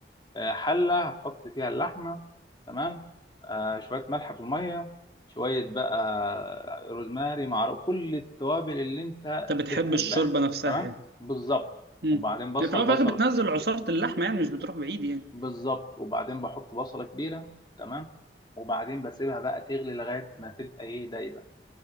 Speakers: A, on the left; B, on the right.
A: آه، حلة هتحط فيها اللحمة تمام آه، شوية ملح في المية شوية بقى روزماري مع كل التوابل اللي انت
B: أنت
A: بتحبها
B: بتحب الشوربة نفسها
A: تمام
B: إيه؟
A: بالظبط
B: امم
A: وبعدين بصل
B: في الأول وفي
A: بصلة
B: الآخر بتنزل عصارة اللحمة يعني مش بتروح بعيد يعني
A: بالظبط وبعدين بحط بصلة كبيرة تمام وبعدين بسيبها بقى تغلي لغاية ما تبقى ايه دايبة